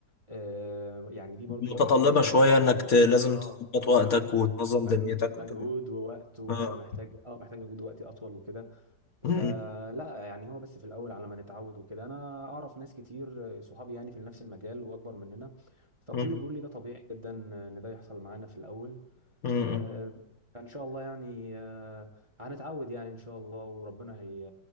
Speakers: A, on the right (about 20°); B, on the left (about 50°).
A: آه يعني دي برضو
B: متطلبة
A: مسؤولية تانية
B: شوية انك ت... لازم
A: اه
B: تظبط وقتك
A: م-
B: وتنظم
A: م-
B: دنيتك
A: مجهود
B: وكده
A: ووقت ومحتاج
B: اه
A: اه محتاج مجهود ووقت اطول وكده
B: مم.
A: فلا يعني هو بس في الاول على ما نتعود وكده انا اعرف ناس كتير صحابي يعني في نفس المجال واكبر مننا فكله
B: مم.
A: بيقول لي ده طبيعي جدا ان ده يحصل معانا في الاول
B: مم.
A: آه، فان شاء الله يعني آه، هنتعود يعني ان شاء الله وربنا هي